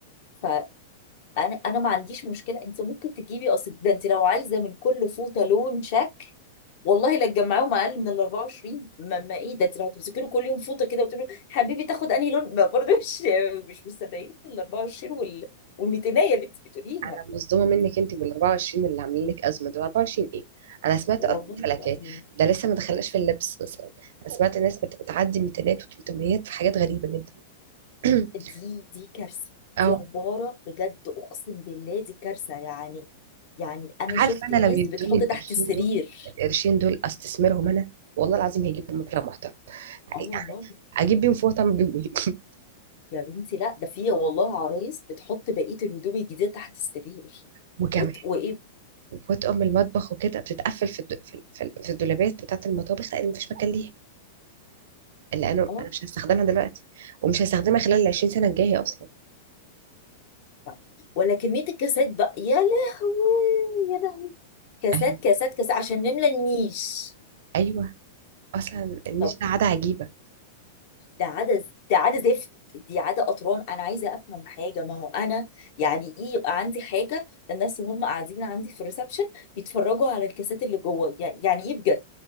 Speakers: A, on the left; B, on the right.
A: فانا انا ما عنديش مشكله انت ممكن تجيبي اصل ده انت لو عايزه من كل فوطه لون شكل والله لا تجمعيهم اقل من ال 24 ما, ما ايه ده انت لو هتمسكي له كل يوم فوطه كده وتقولي له حبيبي تاخد انهي لون ما برضه مش مش مستدعين ال 24 وال وال 200 اللي انت بتقوليها
B: انا مصدومه منك انت بال 24 اللي عاملين لك ازمه دول 24 ايه انا سمعت
A: والله
B: ارقام فلكيه
A: تبقى ازمه
B: ده لسه ما دخلناش في اللبس مثلا انا سمعت ناس بت- بتعدي 200 و300 في حاجات غريبه جدا <clears throat>
A: دي دي كارثة
B: اهو
A: دي عبارة بجد أقسم بالله دي كارثة يعني يعني أنا
B: عارفه
A: شفت
B: انا
A: ناس
B: لو يدوني
A: بتحط
B: القرشين
A: تحت السرير
B: دول القرشين دول استثمرهم انا والله العظيم هيجيب مبلغ محترم يعني
A: اه والله
B: اجيب بيهم فوطه اعمل بيهم ايه
A: يا بنتي لا ده في والله عرايس بتحط بقية الهدوم الجديدة تحت السرير
B: <laughs> وكمان
A: وت... وإيه
B: فوط ام المطبخ وكده بتتقفل في الد... في ال- في ال- في الدولابات بتاعت المطابخ لان مفيش مكان لانه
A: اه
B: انا مش هستخدمها دلوقتي ومش هستخدمها خلال ال 20 سنه الجايه اصلا
A: لا. ولا كمية الكاسات بقى يا لهوي يا لهوي كاسات
B: ايوه
A: كاسات كاسات عشان نملى النيش
B: ايوه اصلا النيش
A: طب
B: ده عاده عجيبه
A: ده عادة ده عادة زفت دي عادة قطران انا عايزة افهم حاجة ما هو انا يعني ايه يبقى عندي حاجة للناس وهم قاعدين عندي في الريسبشن يتفرجوا على الكاسات اللي جوه يعني يعني ايه بجد